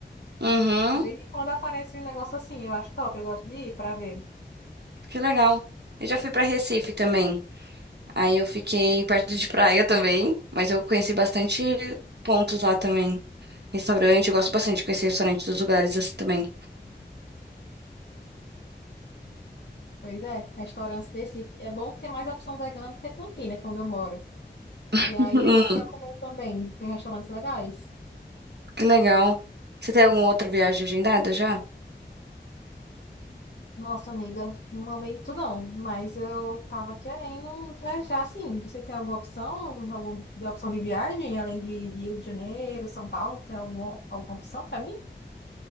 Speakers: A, on the right (about 65°); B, on the left (about 60°).
A: Uhum,
B: De vez em quando aparece um negócio assim, eu acho top, eu gosto de ir pra ver.
A: que legal. Eu já fui pra Recife também. Aí eu fiquei perto de praia também, mas eu conheci bastante pontos lá também. Restaurante, eu gosto bastante de conhecer restaurante dos lugares assim também.
B: Pois é, restaurantes desse. É bom ter mais opção vegana do que Campina, quando eu moro.
A: <laughs>
B: E aí
A: Hum,
B: é bom pra comer também, tem restaurantes legais.
A: Que legal. Você tem alguma outra viagem agendada já?
B: Nossa, amiga, no momento não, mas eu tava querendo viajar, assim, você tem alguma opção, alguma de opção de viagem, além de Rio de Janeiro, São Paulo, tem alguma, alguma opção para mim?